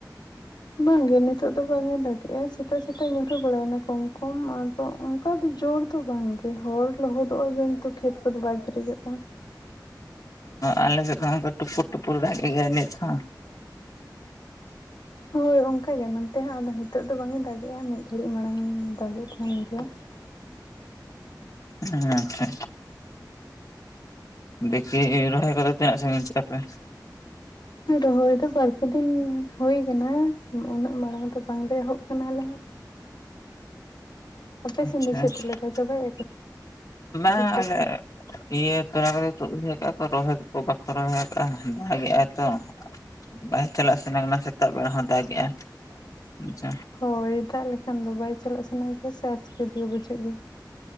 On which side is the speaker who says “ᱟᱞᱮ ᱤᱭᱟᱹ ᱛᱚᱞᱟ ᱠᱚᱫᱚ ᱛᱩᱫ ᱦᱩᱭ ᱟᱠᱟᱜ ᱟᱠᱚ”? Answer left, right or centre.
Left